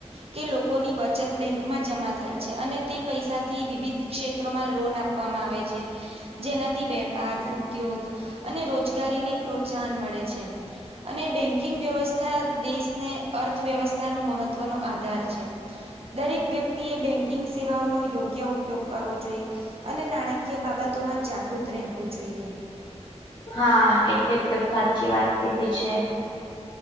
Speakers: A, on the right; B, on the left.
A: કે લોકોની બચત બેંકમાં જમા થાય છે, અને તે પૈસાથી વિવિધ ક્ષેત્રોમાં લોન આપવામાં આવે છે, જેનાથી વેપાર, ઉદ્યોગ અને રોજ ગારીની પ્રોત્સાહન મળે છે અને બેંકિંગ વ્યવસ્થા દેશને અર્થવ્યવસ્થા નો મહત્વનો આધાર છે. દરેક વ્યક્તિ એ બેંકિંગ સેવાઓનો યોગ્ય ઉપયોગ કરવો જોએ. અને નાણાકીય બાબતોમાં જ જાગૃત રહેવું જોઈએ
B: હા એ તો એકદમ સાચી વાત કીધી છે.